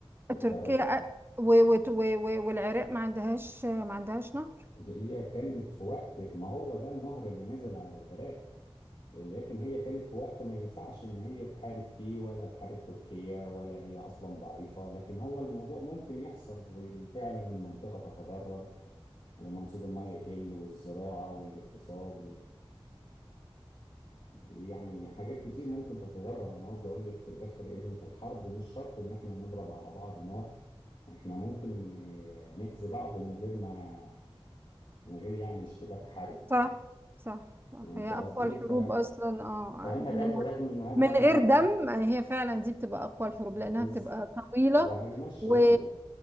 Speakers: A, on the left; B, on the right.
A: اتضرر
B: تركيا آه، و- و- و- و- والعراق ما عندهاش ما عندهاش نهر
A: هي كانت في وقت ما هو ده النهر اللي نازل على العراق لكن هي كانت في وقت ما ينفعش ان هي تحارب فيه ولا تحارب تركيا ولا هي اصلا ضعيفة لكن هو الموضوع ممكن يحصل وفعلا المنطقة تتضرر ومنسوب المياه يقل والزراعة والاقتصاد ويعني حاجات كتير ممكن تتضرر انا قصدي اقول لك في الاخر ان في الحرب مش شرط ان احنا نضرب على بعض نار احنا ممكن آه، نأذي بعض من غير ما من غير يعني اشتباك حربي
B: صح صح صح
A: فهمتي
B: هي
A: قصدي
B: أقوى الحروب
A: ف-
B: أصلا اه
A: فهم
B: اللي
A: برضو
B: ما-
A: رغم ان هم
B: من غير
A: يعني
B: دم هي فعلا دي بتبقى أقوى الحروب
A: بز...
B: لأنها بتبقى طويلة
A: وهيمشي
B: و
A: رأيه